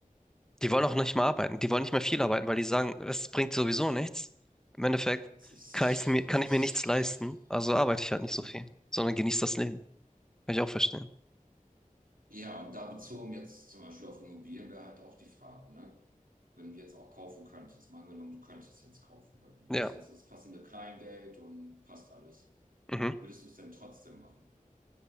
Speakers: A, in the centre; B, on the right (about 80°).
A: die wollen auch nicht mehr arbeiten, die wollen nicht mehr viel arbeiten, weil die sagen, es bringt sowieso nichts. Im Endeffekt
B: Das ist,
A: kann ich mir,
B: das
A: kann
B: ist.
A: ich mir nichts leisten, also arbeite ich halt nicht
B: Ja.
A: so viel, sondern genieße das Leben. Kann ich auch verstehen.
B: Ja, und da bezogen jetzt zum Beispiel auf Immobilien wäre halt auch die Frage, ne? Wenn du jetzt auch kaufen könntest, mal angenommen, du könntest jetzt kaufen, weil du
A: Ja.
B: hast jetzt das passende Kleingeld und passt alles.
A: Mhm.
B: Würdest du es denn trotzdem machen?